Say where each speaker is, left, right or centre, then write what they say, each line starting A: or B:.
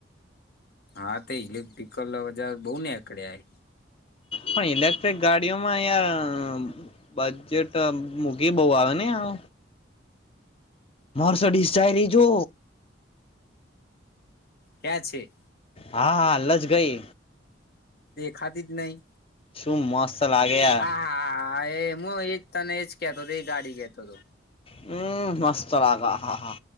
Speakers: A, on the left (about 55°); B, on the left (about 30°).
A: હા તે ઇલેક્ટ્રિકલ ઓજાર બહુ નેકળ્યા હ
B: પણ ઇલેક્ટ્રિક ગાડીઓમાં અહીંયા બજેટ મોંઘી બહુ આવે નહિ આ મર્સીડીઝ જાય રી જો
A: કયાં છે?
B: હા હાલજ ગઈ.
A: તે દેખાતી જ નહી.
B: શું મસ્ત? લાગે યાર
A: હા હા એ હું એજ તને એજ કેતો હતો એ ગાડી કેતો હતો.
B: હમ મસ્ત લાગે હા હા